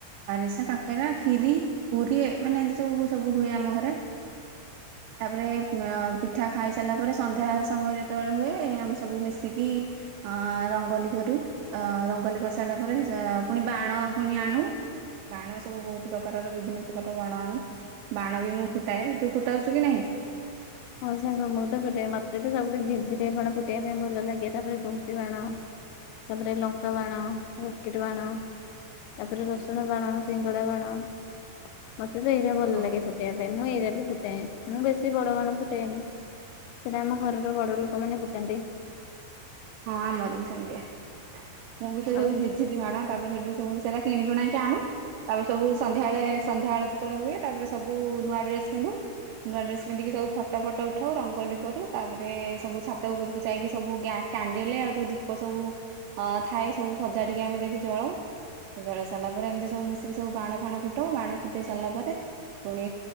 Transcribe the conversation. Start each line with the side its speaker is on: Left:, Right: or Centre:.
Right: ଆରିସା କାକେରା ଖିରୀ ପୁରୀ ମାନେ ଏମିତି ସବୁ ସବୁ ହୁଏ ଆମ ଘରେ। ତାପରେ ପିଠା ଖାଇ ସା ସାରିଲା ପରେ ସନ୍ଧ୍ୟା ସମୟ ଯେତେବେଳେ ହୁଏ ଆମେ ସବୁ ମିଶିକି ଅ ରଙ୍ଗଲି କରୁ ଅ ରଙ୍ଗୋଲି କରିସାରିଲା ପରେ ପୁଣି ବାଣ ପୁଣି ଆଣୁ। ବାଣ ସବୁ ବହୁତ ପ୍ରକାରର ବିଭିନ୍ନ ପ୍ରକାରର ବାଣ ଆଣୁ। ବାଣ ବି ମୁଁ ଫୁଟାଏ ତୁ ଫୁଟାଉଛୁ କି ନାହିଁ।
Left: ହଁ ସାଙ୍ଗ ମୁଁ ତ ଫୁଟାଏ ମତେ ତ ସବୁଠୁ ଝିରିଝିରିଆ ବାଣ ଫୁଟେଇବା ପାଇଁ ଭଲ ଲାଗେ ତାପରେ କୁମ୍ପି ବାଣ ତାପରେ ଲଙ୍କା ବାଣ ରକିଟ ବାଣ। ତାପରେ ରସୁଣ ବାଣ ସିଙ୍ଗଡା ବାଣ। ମତେ ତ ଏଇରା ଭଲ
Right: ହଁ
Left: ଲାଗେ ଫୁଟେଇବା ପାଇଁ ମୁଁ ଏଇରା ବି ଫୁଟାଏ ମୁଁ ବେଶୀ ବଡ ବାଣ ଫୁ ଟେଏନି ସେଟା ଆମ ଘରର ବଡ ଲୋକମାନେ ଫୁଟାନ୍ତି।
Right: ହଁ ଆମର ବି ସେମିତିଆ ମୁଁ ବି ସେ ସବୁ
Left: ଆଉ
Right: ଝିର୍ ଝିରଝୀର ବାଣ ତାପରେ ସେଠୁ ସବୁ ସେରା କିଣିକୁଣା କି ଆଣୁ ତାପରେ ସବୁ
Left: ହୁଁ
Right: ସନ୍ଧ୍ୟାବେଳେ ସନ୍ଧ୍ୟା ବେଳ ସେତେବେଳେ ହୁଏ ତାପରେ ସବୁ ନୂଆ ଡ୍ରେସ ପିନ୍ଧୁ। ନୂଆ ଡ୍ରେସ ପିନ୍ଧିକି ସବୁ ଫଟୋ ଫଟୋ ଉଠାଉ ରଙ୍ଗୋଲି କରୁ ତାପରେ ସବୁ ଛାତ ଉପରକୁ ଯାଇକି ସବୁ କ୍ୟା କାଣ୍ଡଲେ ଆଉ ଯୋଉ ଦୀପ ସବୁ ଅ ଥାଏ ସବୁ ସଜାଡିକି ଆମେ ଦେଖି ଜଳଉ। ଜଳେଇ ସାରିଲା ପରେ ଏମିତି ସବୁ ମିଶିକି ସବୁ ବାଣ ଫାଣ ଫୁଟାଉ ବାଣ ଫୁଟେଇ ସାରିଲା ପରେ ପୁଣି